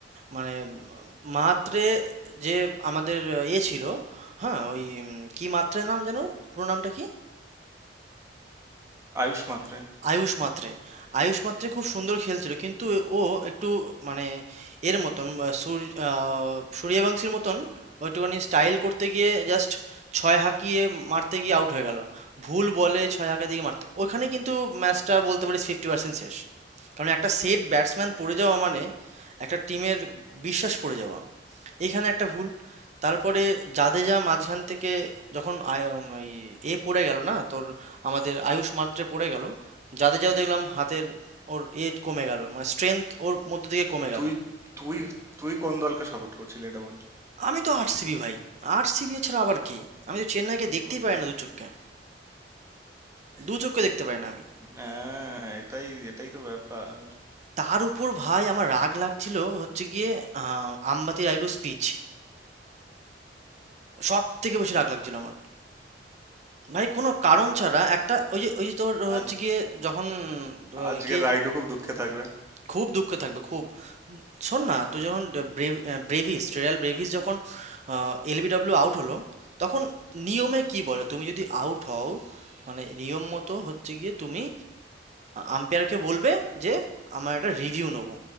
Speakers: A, on the right; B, on the right.
A: মানে মাত্রে যে আমাদের এ ছিল হ্যাঁ ওই উম, কি মাত্রে নাম যেন ওর? পুরো নামটা কি
B: আয়ুষ মাত্রে
A: আয়ুশ মাত্রে আয়ুষ মাত্রে খুব সুন্দর খেলছিল কিন্তু ও একটু মানে এর মতন আহ, সূর- আহ, সূর্যবংশীর মতন ও একটুখানি স্টাইল করতে গিয়ে জাস্ট ছয় হাঁকিয়ে মারতে গিয়ে আউট হয়ে গেল ভুল বলে ছয় হাঁকা দিয়ে মারতে ওখানে কিন্তু ম্যাচটা বলতে পারিস ফিফটি পার্সেন্ট শেষ কারণ একটা সেট ব্যাটসম্যান পড়ে যাওয়া মানে একটা টিমের বিশ্বাস পড়ে যাওয়া এখানে একটা ভুল তারপরে জাদেজা মাঝখান থেকে যখন আয়- উম, এই- এ পড়ে গেল না তোর আমাদের আয়ুষ মাত্রে পড়ে গেল জাদেজাও দেখলাম হাতের ওর এ কমে গেল মানে স্ট্রেংথ ওর মধ্যে থেকে কমে গেল
B: তুই তুই তুই কোন দলকে সাপোর্ট করছিলি এটা বল
A: আমি তো আরসিবি ভাই আরসিবি ছাড়া আবার কি আমি তো চেন্নাইকে দেখতেই
B: আচ্ছা,
A: পাই না দু চোখকে দু চোখকে দেখতে পাই না আমি
B: হ্যাঁ এটাই এটাই তো ব্যাপার
A: তার উপর ভাই আমার রাগ লাগছিল হচ্ছে গিয়ে আহ, আম্বাতি রাইডু স্পিচ সব থেকে বেশি রাগ লাগছিল আমার ভাই কোনো কারণ
B: আ-
A: ছাড়া একটা ওই যে ওই যে তোর হচ্ছে
B: আজ
A: গিয়ে যখন আহ,
B: আজকের
A: কে
B: রাইডু খুব দুঃখে থাকবে
A: খুব দুঃখ থাকবে খুব উম, শোন না তুই যখন ব্রেভ- আহ, ব্রেভিস রেয়াল ব্রেভিস যখন এলবিডব্লিউ আউট হলো তখন নিয়মে কি বলে তুমি যদি আউট হও মানে নিয়ম মতো হচ্ছে গিয়ে তুমি আম্পায়ারকে বলবে যে আমার একটা রিভিউ নেবো